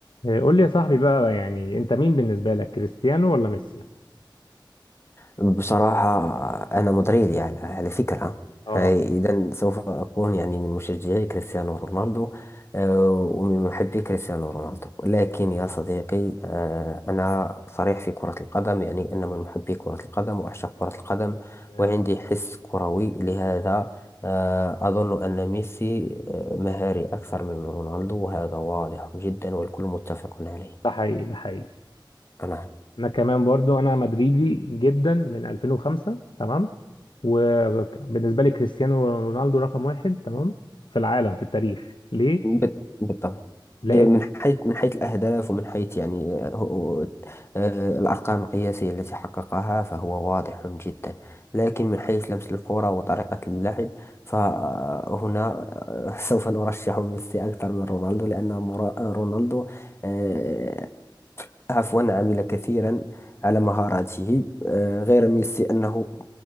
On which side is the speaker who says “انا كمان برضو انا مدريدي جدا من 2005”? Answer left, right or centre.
Left